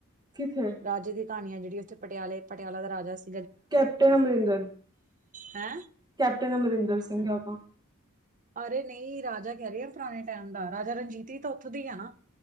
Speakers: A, on the right; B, on the right.
A: ਕਿੱਥੇ
B: ਰਾਜੇ ਦੀ ਕਹਾਣੀਆਂ ਜਿਹੜੀ ਉੱਥੇ ਪਟਿਆਲੇ ਪਟਿਆਲਾ ਦਾ ਰਾਜਾ ਸੀ।
A: ਕੈਪਟਨ ਅਮਰਿੰਦਰ,
B: ਹੈ
A: ਕੈਪਟਨ ਅਮਰਿੰਦਰ ਸਿੰਘ ਹੈ ੳਹ ਤਾਂ
B: ਅਰੇ ਨਈ ਰਾਜਾ ਕੈ ਰੇ ਆ ਪੁਰਾਣੇ ਟੈਮ ਦਾ ਰਾਜਾ ਰਣਜੀਤ ਹੀ ਤਾਂ ਉੱਥੋਂ ਦੇ ਹੀ ਆ ਨਾ।